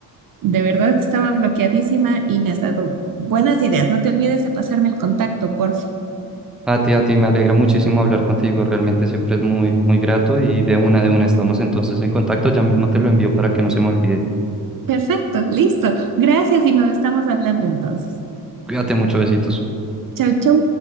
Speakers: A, on the right; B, in the centre.
A: De verdad que estaba bloqueadísima y me has dado buenas ideas. No te olvides de pasarme el contacto, por favor.
B: A ti, a ti, me alegra muchísimo hablar contigo, realmente siempre es muy, muy grato y de una, de una estamos entonces en contacto, ya mismo te lo envío para que no se me olvide.
A: Perfecto, listo. Gracias y nos estamos hablando entonces.
B: Cuídate mucho, besitos.
A: Chau, chau.